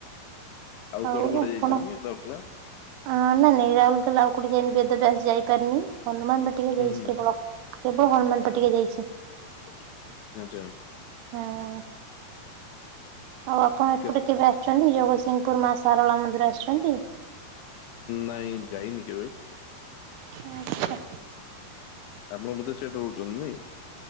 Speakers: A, on the right; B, on the left.
A: ଆଉ
B: କୁଆଡେ କୁଆଡେ
A: ଆପଣ
B: ଯାଇଛନ୍ତି ଦରପଲା
A: ଆ ନାଇଁ ନାଇଁ ରାଉଲକେଲା ଆଉ କୋଉଠି ଯାଇନି ବେ ବେଦବ୍ୟାସ ଯାଇପାରିନି ହନୁମାନ ବାଟିକା
B: ହୁଁ
A: ଯାଇଛି କେବଳ କେବଳ ହନୁମାନ ବାଟିକା‌ ଯାଇଛି।
B: <unintelligible> ଆଚ୍ଛା।
A: ହୁଁ। ଆଉ ଆପଣ ଏପଟେ
B: କେତ୍
A: କେବେ ଆସିଛନ୍ତି ଜଗତସିଂହପୁର ମା ସାରଳା ମନ୍ଦିର ଆସିଛନ୍ତି?
B: ନାଇଁ ଯାଇନି କେବେ।
A: ଆଚ୍ଛା।
B: ଆପଣ ବୋଧେ ସେଇଟି ରହୁଛନ୍ତି ନାଇଁ?